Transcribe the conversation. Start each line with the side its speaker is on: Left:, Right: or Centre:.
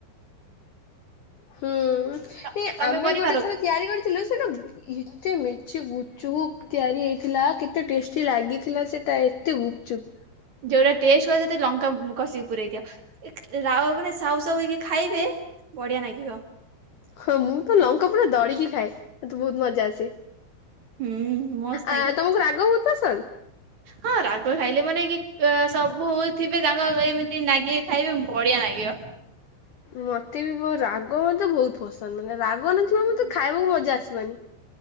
Left: ହୁଁ।
Right: ତ- ତମେ
Left: ଆମେ
Right: କରିପାର
Left: ଗୋଟେ ଥର ତିଆରି କରିଥିଲୁ ସେଟା ଏତେ ମେଞ୍ଚେ ଗୁପଚୁପ୍ ତିଆରି ହେଇଥିଲା କେତେ ଟେଷ୍ଟି ଲାଗିଥିଲା ସେଟା ଏତେ ଗୁପଚୁପ୍।
Right: ଯୋଉଟା ଟେଷ୍ଟ କ ସେତେ ଲଙ୍କା କଷିକି ପୁରଇ ଦିଅ ରାଉ ମାନେ ସାଉ ସାଉ ହେଇକି ଖାଇବେ ବଢିଆ ନାଗିବ।
Left: ହଁ ମୁଁ ତ ଲଙ୍କା ପୁରା ଦଳିକି ଖାଏ ଏତେ ବହୁତ ମଜା ଆସେ।
Right: ହୁଁ ମସ୍ତ
Left: ଆ
Right: ଲାଗିବ।
Left: ତମକୁ ରାଗ ବହୁତ ପସନ୍ଦ?
Right: ହଁ ରାଗ ଖାଇଲେ ମାନେ କି ସବୁ ଥିବେ ତାଙ୍କ ଏମିତି ନାଗିକ ଖାଇବେ ବଢିଆ ନାଗିବ।
Left: ମତେ ବି ମୋ ରାଗ ମତେ ବହୁତ ପସନ୍ଦ ମାନେ ରାଗ ନଥିବା ମତେ ଖାଇବାକୁ ମଜା ଆସିବାନି।